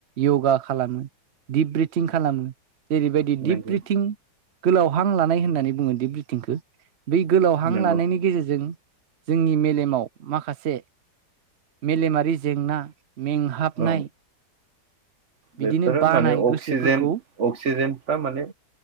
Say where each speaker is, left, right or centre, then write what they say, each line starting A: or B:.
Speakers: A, on the right (about 65°); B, on the right (about 40°).
A: यगा खालामो, दिप ब्रिथिं खालामो। जेरैबायदि दिप
B: नंगौ
A: ब्रिथिं गोलाव हां लानाय होननानै बुङो दिप ब्रिथिंखो। बै गोलाव हां
B: नंगौ
A: लानायनि गेजेरजों जोंनि मेलेमाव माखासे मेलेमारि जेंना मेंहाबनाय
B: औ
A: बिदिनो
B: बेफोरो
A: बानाय
B: माने अक्सिजेन
A: गोसोफोरखौ
B: - अक्सिजेनफ्रा माने